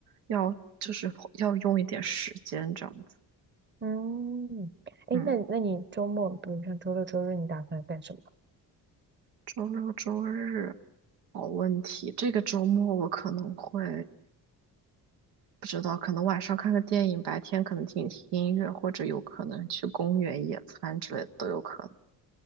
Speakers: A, on the right; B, on the right.
A: 要就是要用一点时间这样子。
B: 嗯，哎，
A: 嗯，
B: 那那你周末，比如像周六周日，你打算干什么？
A: 周六周日，好问题。这个周末我可能会不知道，可能晚上看个电影，白天可能听听音乐，或者有可能去公园野餐之类的都有可能。